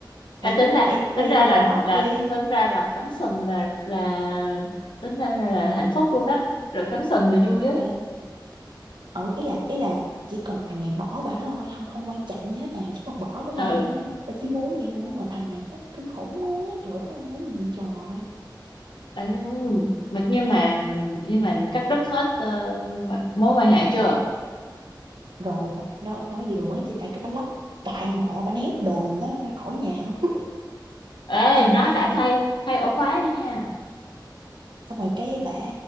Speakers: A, on the left; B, on the right.
A: à,
B: hãy
A: tính ra
B: hãy
A: tính
B: pray
A: ra
B: for
A: là
B: God
A: là
B: đi
A: tính ra là cắm sừng là là tính ra là, là hạnh phúc luôn đó rồi cắm sừng mà vui á
B: Ờ ừ, ý là ý là chỉ cần thằng này bỏ bả thôi không không quan trọng gì hết nào, chỉ cần bỏ bả thôi
A: ừ
B: á bà chỉ muốn vậy thôi mà thằng này nó kinh khủng quá trời đất ơi cái gì vậy trời
A: à, nhưng- mà nhưng mà nhưng mà cắt đứt hết ờ, mối quan hệ chưa
B: rồi bà, nó nó vừa mới chia tay cái bánh lóc toàn bộ bà ném đồ nó ra khỏi nhà luôn <laughs>
A: ê
B: xong
A: nó
B: rồi
A: đã
B: bà,
A: thay thay ổ khóa đi nha
B: xong rồi cái bà